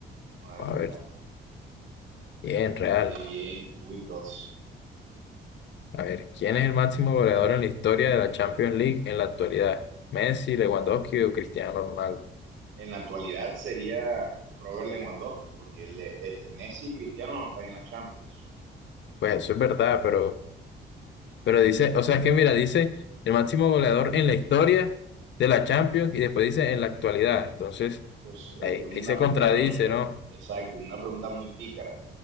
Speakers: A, on the right; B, on the left.
A: Vamos a ver
B: A
A: qué
B: ver,
A: tal.
B: bien, real.
A: Sí, bien. Uy, dos.
B: A ver, ¿quién es el máximo goleador en la historia de la Champions League en la actualidad? ¿Messi, Lewandowski o Cristiano Ronaldo?
A: En la actualidad sería Robert Lewandowski, porque el- este Messi y Cristiano no están en la Champions.
B: Pues eso es verdad, pero, pero dice, o sea, es que mira, dice el máximo goleador en la historia de la Champions y después dice en la actualidad. Entonces,
A: Entonces, eh,
B: ahí,
A: es una,
B: ahí se contradice,
A: una pregunta,
B: ¿no?
A: exacto, una pregunta muy pícara.